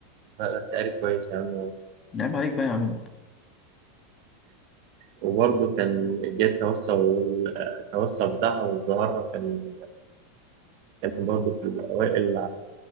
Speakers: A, on the right (about 55°); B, on the left (about 25°).
A: لا لا، أنت عارف كويس يا عم
B: نعم عليك بقى يا عم بقى
A: وبرضه كان جه التوسع وال- آه، التوسع بتاعها وازدهارها كان كان برضه في الأوائل